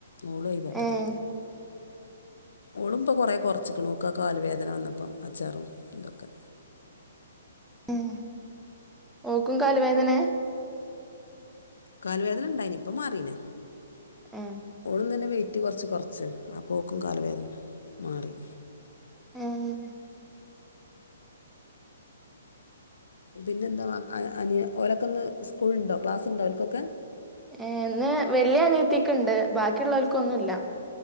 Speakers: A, on the left; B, in the centre.
A: ഓളും അതി പെട്ടതാ
B: ഏഹ്
A: ഓളും ഇപ്പൊ കൊറേ കൊറ അച്ചയ്ക്ക് നോക്കൊക്കെ കാല് വേദന വന്നപ്പം അച്ചാറും ഇതൊക്കെ
B: ഉം ഓക്കും കാലുവേദനയാ
A: കാല് വേദന ഉണ്ടായിനി ഇപ്പൊ മാറീന്
B: ഏ
A: ഓളും തന്നെ വെ വെയിറ്റ് കുറച്ച് കുറച്ച് അപ്പോക്കും കാല് വേദന മാറി
B: ഉം
A: പിന്നെ എന്താ അ അനിയ ഓലൊക്കെന്ന് സ്കൂൾ ഉണ്ടോ ക്ലാസ് ഉണ്ടോ ഓല്ക്കൊക്കെ
B: ഏഹ് ഇന്ന് വലിയ അനിയത്തിക്കുണ്ട് ബാക്കിയുള്ളവർക്കൊന്നുല്ല